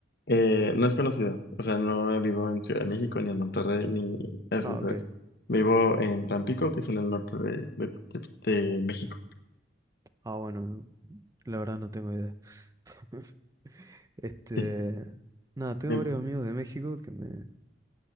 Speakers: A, on the left (about 60°); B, on the right (about 20°).
A: eh, no es conocido, o sea, no vivo en Ciudad de México, ni en Monterrey, ni así,
B: Ah,
A: pues.
B: ok.
A: Vivo en Tampico, que es en el norte de, de- de- México.
B: Ah, bueno, no, la verdad no tengo idea. <laughs> Este,
A: Sí.
B: nada, tengo
A: Bien.
B: varios amigos de México que me,